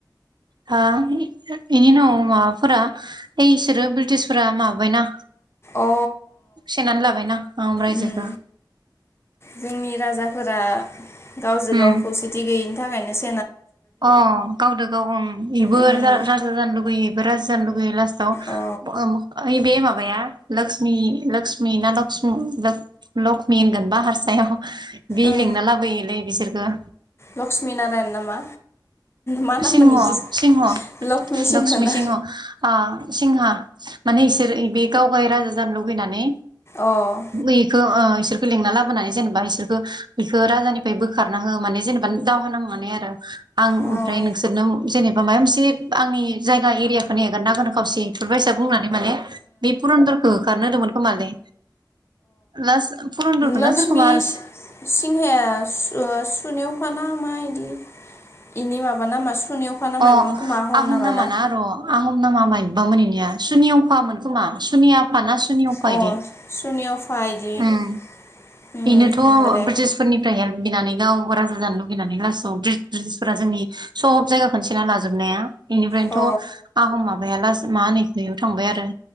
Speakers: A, on the right; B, on the left.
A: हा <unintelligible> बेनि उनाव माबाफोरा ओइसोरो ब्रिटिसफोरा माबायना
B: अ
A: सेनानै लाबायना आहम रायजोखो
B: उम जोंनि राजाफोरा गावजों
A: उम
B: गाव खौसेथि गैयिनि थाखायनो स
A: अ गावदो गाव ओं इबो
B: उम
A: राजा जानो लुगैयो बेबो राजा जानो लुगैयो गैयो लास्टआव
B: अ
A: <unintelligible> ओइ बे मा माबाया लोक्समि लोक्समि ना लसक्मि लख-लखमि होनगोनबा हारसायाव बि
B: उम
A: लिंना लाबोयोलै बिसोरखो
B: लक्ष्मि नारायण नामा मा नाममोन
A: सिंह
B: इदि
A: सिंह
B: लक्ष्मि
A: लक्समि
B: ना
A: सिंह आ सिंहा माने इसोर इ बे गावगाय राजा जानो लुबैनानै
B: अ
A: बिसोरखो लिंना लाबोनानै जेनेबा इसोरखो बिखो राजानिफ्राय बोखारना हो माने जेनेबा दावहा नांनानै आरो आं
B: ओ
A: ओम ओमफ्राय नोंसोरनो जेनेबा मायबा मोनसे आंनि जायगा एरियाखोनो हेगारना होगोन खावसे इफोरबायसा बुंनानै माने बे पुरनदरखो होखारनो होदोंमोन खोमालै लास फुरनदरखो
B: लक्ष्मि
A: ना सोरखोबा आरोस
B: सिंहाया सु ओ सुनायावखाना मा इदि इनि माबा नामा सुनेवफा ना मायबामोन
A: अह
B: खोमा
A: आहम
B: नामा
A: नामाना
B: ना?
A: र' आहम नामा माइबा मोन इनिया। सुनि अखामोन खोमा सुनि आफा ना सुनि अफा
B: ओं
A: इदि
B: अ सुनिअफा इदि
A: ओम।
B: उम
A: बेनोथ'
B: नंगो दे
A: ब्रिटिसफोरनिफ्राय हेल्प बिना नै गावबो राजा जानो लुबैनानै लासआव ब्रितिजफोरा जोंनि सब जायगाखोनो सेना लाजोबनाया। बेनिफ्रायनोथ'
B: अ
A: आहम माबाया लास मा होनो इयाव थांबाय आरो।